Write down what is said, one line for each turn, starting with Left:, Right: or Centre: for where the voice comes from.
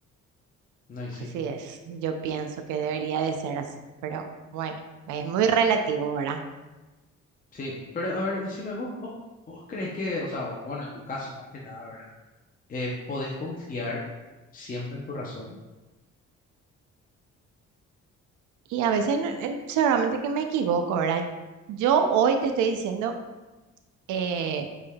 Left: No, y sí,
Right: Así es, yo pienso que debería de ser así, pero bueno, es muy relativo, ¿verdad?
Left: sí. Pero a ver, decime, vos, vos, vos crees que, o sea, o- bueno, en tu caso más que nada, ¿verdad? Eh, ¿podés confiar siempre en tu razón?
Right: Y a veces no- en- seguramente que me equivoco, ¿verdad? Yo hoy te estoy diciendo eh,